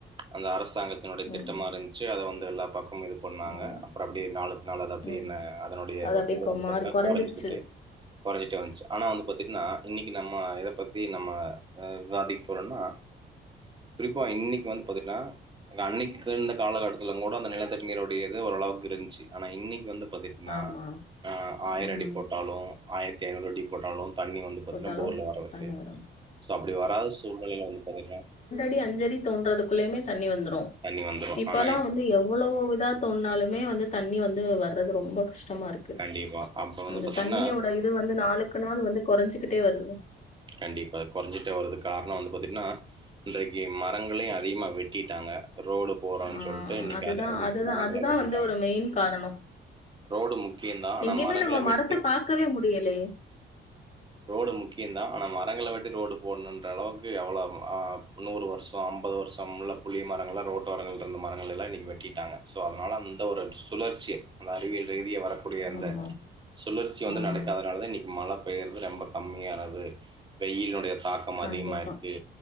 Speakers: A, on the right; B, on the left.
A: அந்த அர சாங்கத்தினுடைய
B: ம்.
A: திட்டமா இருந்ச்சு அத வந் எல்லா பக்க ம்ம இது பண்ணாங்க
B: ஆமா.
A: அப்ற அப்டியே நாளுக்கு நாள் அது அப்டியே
B: ம்.
A: என்ன அதனுடைய
B: அது அப்படியே
A: இது
B: கொ
A: வந்து பாத்திட்னா
B: மாறி குறைஞ்சிருச்சு.
A: கொறஞ்சுகிட்டே கொறஞ்சிட்டே வன்ச்சு ஆனா வந்து பத்திட்னா இன்னக்கி நம்ம எத பத்தி நம்ம விவாதிக் போறோன்னா குறிப்பா இன்னைக்கு வந்து பாத்திட்னா அன்னைக்கு இந்த காலகட்டத்துலங்கூட அந்த நிலத்தடி நீருடைய இது ஓரளவுக்கு இருன்ச்சு ஆனா இன்னக்கி வந்து பத்திட்னா
B: ஆமா.
A: அ ஆயிர
B: ம்.
A: அடி போட்டாலு ஆயிரத்தி ஐநூறு அடி போட்டாலு தண்ணி வந்து பாத்தனா
B: போட்டாலும்
A: போர்ல வர்றது
B: தண்ணி
A: கெடயாது
B: வரும்.
A: சோ அப்டி வராத சூழ்நிலைல வந்து பாத்திட்னா
B: டி அஞ்சடி தோன்றதுக்குள்ளயுமே தண்ணி வந்துடு
A: தண்ணி வந்துரு
B: இப்பல்லா
A: ஆனா
B: வந்து எவ்வளோவுவிதா தோன்னாலுமே வந்து தண்ணி வந்து வர்றது ரொம்ப கஷ் டமா இருக்கு
A: கண்டிப்பா அப்ப வந்து
B: அந்த
A: பாத்தீங்கன்னா
B: தண்ணியோட இது வந்து நாளுக்கு நாள் வந்து கொறஞ்சு ட்டே வருது
A: கண்டிப்பா அது கொறஞ்சிட்டே வரதுக் காரண வந்து பாத்திட்னா இன்றைக்கு மரங்களையு அதிகமா வெட்டிட்டாங்க ரோடு போர்றொன்
B: ஆ
A: சொல்ட்டு இன்னைக்கு
B: அதுதான்
A: அ அ
B: அதுதான்
A: மரங்கள
B: அதுதான்
A: வெட்டிட்டாங்க
B: வந்து ஒரு மெயின் காரணம்.
A: ரோடு முக்கியந்தா ஆனா
B: எங்கேயுமே
A: மரங்கள
B: நம்ம மரத்த
A: வெட்டி
B: பாக்கவே முடியலையே!
A: ரோடு முக்கிய ஆனா மரங்கள வெட்டி ரோடு போட்ணுன்ற அளவுக்கு எவ்வளோ ஆ நூறு வருஷொ அம்பது வருஷொம்ல புளிய மரங்களா ரோட்டோரங்கள் இருந்து மரங்களெல்லா இன்னக்கி வெட்டிட்டாங்க ஸோ அதுனால அந்த ஒரு சுழற்சி அந்த அறிவியல் ரீதியா வர கூடிய அந்த
B: ஆமா.
A: சுழற்சி வந்து
B: ம்.
A: நடக்காதனால தா இன்னை கி மழ பெயற்து ரொம்ப கம்மியான து வெயில்னுடைய தாக்கம்
B: கண்டிப்பா.
A: அதிகமாயிருக்கு